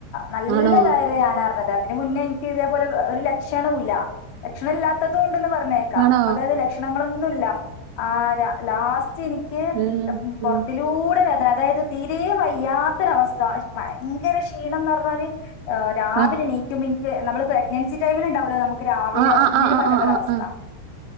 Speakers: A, on the left; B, on the right.
A: നല്ല
B: ആണോ
A: കാര്യമാണ് പറഞ്ഞത് ഇതിനു മുന്നേ എനിക്ക് ഇതുപോലെളള ഒരു ലക്ഷണമില്ല ലക്ഷണം ഇല്ലാത്തതുകൊണ്ട് പറഞ്ഞേക്കാം
B: ആണോ
A: അതായത് ലക്ഷണങ്ങൾ ഒന്നും ഇല്ല ആ ര ലാസ്റ്റ് എനിക്ക്
B: ഉം
A: പുറത്തിലൂടെ
B: ഉം
A: അതായത് തീരെ വയ്യാത്ത ഒരു അവസ്ഥ ഭയങ്കര ക്ഷീണം എന്ന് പറഞ്ഞാൽ രാവിലെ
B: ആ
A: എണീക്കുമ്പഴക്ക് നമ്മൾ പ്രഗ്നൻസി ടൈം ഉണ്ടാകുമല്ലോ നമുക്ക് രാവിലെ
B: ആ
A: ഒന്നിനും
B: ആ ആ ആ
A: പറ്റാത്ത
B: ആ
A: ഒരു അവസ്ഥ
B: ആ ആ ആ ആ ആ ആ ആ ആ ആ ആ ആ ആ